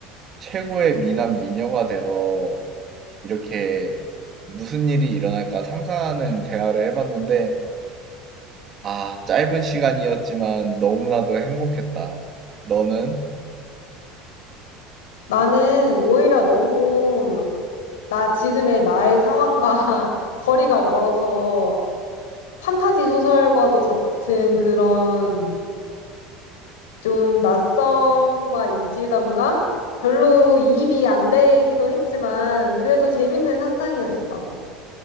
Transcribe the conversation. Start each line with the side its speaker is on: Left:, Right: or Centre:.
Right: 최고의 미남 미녀가 돼서 이렇게 무슨 일이 일어날까 상상하는 대화를 해봤는데, 아, 짧은 시간이었지만 너무나도 행복했다. 너는?
Left: 나는 오히려 너무 나 지금의 나의 상황과 <laughs> 거리가 멀어서 판타지 소설과도 같은 그런 좀 낯섦과 이질감과 별로 이입이 안 되기도 했지만 그래도 재밌는 상상이었어.